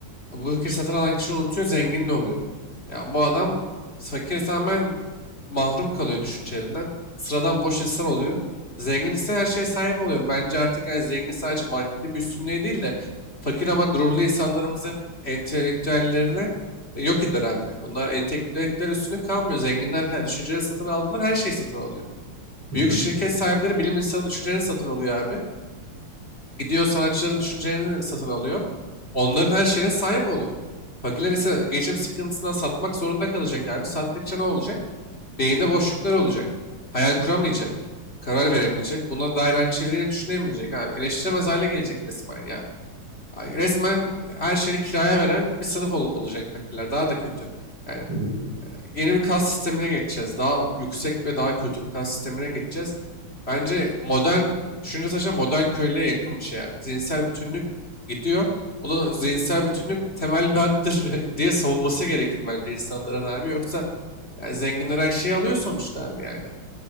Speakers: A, on the left; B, on the right.
A: Bu fikri satın alan kişi unutuyor, zengin de oluyor. Ya bu adam fakir tamamen mahrum kalıyor düşüncelerinden. Sıradan boş insan oluyor. Zengin ise her şeye sahip oluyor. Bence artık yani zengin sadece maddi bir üstünlüğe değil de fakir ama gururlu insanlarımızın entelektüellerini yok eder abi. Bunlar entelektüel üstünlük kalmıyor. Zenginler her- düşünceleri satın aldığından her şeyi satın alıyor.
B: hı
A: Büyük
B: hı,
A: şirket sahipleri bilim insanı düşüncelerini satın alıyor abi. Gidiyor sanatçıların düşüncelerini satın alıyor. Onların her şeyine sahip oluyor. Fakirler ise geçim sıkıntısından satmak zorunda kalacak abi. Sattıkça ne olacak? Beyinde boşluklar olacak. Hayal kuramayacak. Karar veremeyecek. Buna dair aynı şeyleri yine düşünemeyecek abi. Eleştiremez hale gelecek resmen ya. Ay, Resmen her şeyini kiraya veren bir sınıf ol- olacak fakirler. Daha da kötü. Yani
B: hı hı,
A: yeni bir kas sistemine geçeceğiz. Daha yüksek ve daha kötü bir kas sistemine geçeceğiz. Bence modern düşünce saçma modern köylüye yakın bir şey abi. Zihinsel bütünlük gidiyor. O da zihinsel bütünlük temel bir haktır <laughs> diye savunması gerekir bence insanların abi. Yoksa yani zenginler her şeyi alıyor sonuçta abi yani